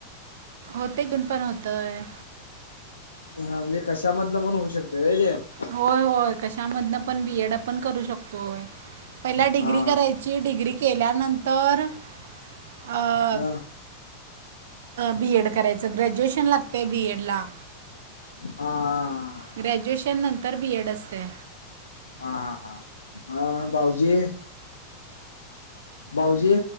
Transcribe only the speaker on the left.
हा म्हणजे, कशामधनं पण होऊ शकते व्हयं ते.
हा
हा
हां
हा हा हा हा भाऊजी भाऊजी?